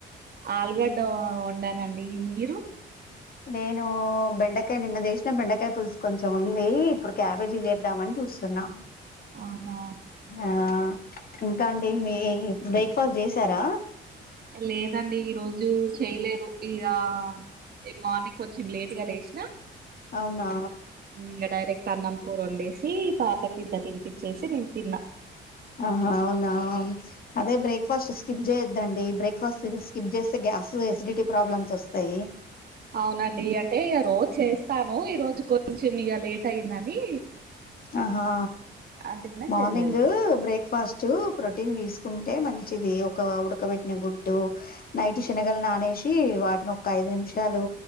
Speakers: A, on the right (about 50°); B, on the left (about 50°).
A: ఆల్గడ్డ వండాను అండి మీరూ.
B: నేను బెండకాయ నిన్న చేసిన బెండకాయ పులుసు కొంచెం ఉంది ఇప్పుడు క్యాబేజీ చేద్దామని చూస్తున్నా.
A: అవునా.
B: ఆ ఇంకా అండి మీ బ్రేక్ఫాస్ట్ చేసారా.
A: లేదండి ఈ రోజు చేయలేదు ఇగ. ఈ మార్నింగ్ కొంచెం లేట్ గా లేసినా.
B: అవునా.
A: హు ఇంక డైరెక్ట్ అన్నం కూర వండేసి పాపకి ఇంత తినిపిచ్చేసి నేను తిన్నా.
B: ఆహా అవునా. అదే బ్రేక్ఫాస్ట్ స్కిప్ చేయొద్దండి బ్రేక్ఫాస్ట్ స్కిప్ చేస్తే గ్యాస్ ఎసిడిటీ ప్రాబ్లమ్స్ వస్తాయి.
A: అవునండి అంటే ఇగ రోజు చేస్తాను ఈ రోజు కొంచెం ఇగ లేట్ అయిందని.
B: ఆహా
A: అందుకనే
B: మార్నింగ్
A: చేయలేదు
B: బ్రేక్ఫాస్ట్. టూ ప్రోటీన్ తీసుకుంటే మంచిది ఒక ఉడకబెట్టిన గుడ్డు. నైట్ శనగల నానేసి వాటిని ఒక్క ఐదు నిమిషాలు